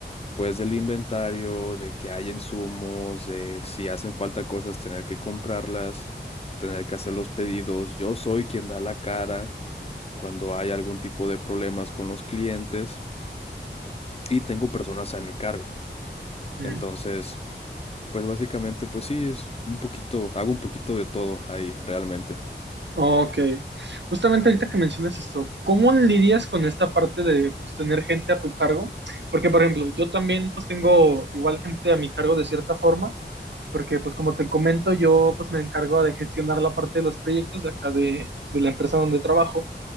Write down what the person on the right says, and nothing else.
Mm,
ok. Justamente ahorita que mencionas esto, ¿cómo lidias con esta parte de pues, tener gente a tu cargo? Porque, por ejemplo, yo también pues tengo igual gente a mi cargo de cierta forma, porque pues como te comento, yo pues me encargo de gestionar la parte de los proyectos de acá de de la empresa donde trabajo.